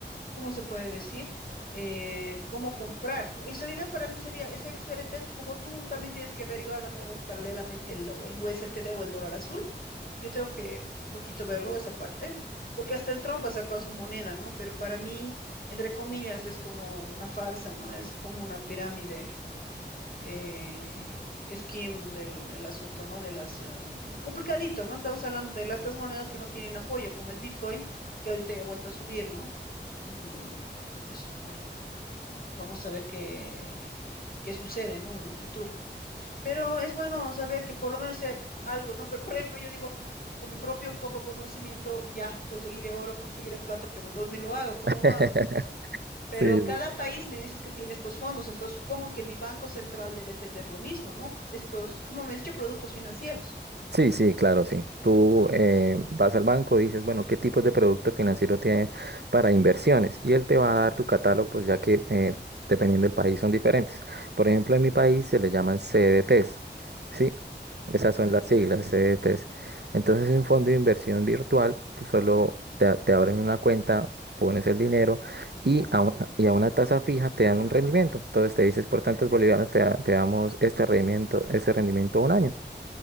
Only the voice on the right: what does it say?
<laughs>
Sí,
sí.
Sí, sí, claro, sí. Tú eh, vas al banco y dices, bueno, ¿qué tipos de producto financiero tienes para inversiones? Y él te va a dar tu catálogo, pues ya que eh, dependiendo del país son diferentes. Por ejemplo, en mi país se le llaman CDTs, ¿sí? Esas
son las
siglas, CDTs. Entonces, es un fondo de inversión virtual, tú solo te, a- te abren una cuenta, pones el dinero y a una, y a una tasa fija te dan un rendimiento. Entonces, te dices, por tantos bolivianos te, da- te damos este rendimiento, este rendimiento un año.